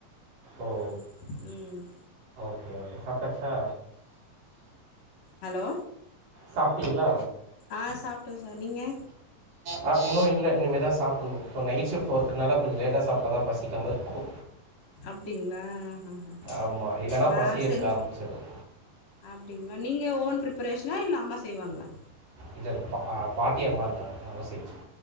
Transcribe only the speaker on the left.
உம் உம்
ஹலோ
ஆ சாப்ட்டே சார் நீங்க
அப்டிங்ளா ஆ ஹா
நா
சென்
அப்டிங்ளா நீங்க ஓன் ப்ரிப்பரேஷனா இல்ல அம்மா செய்வாங்களா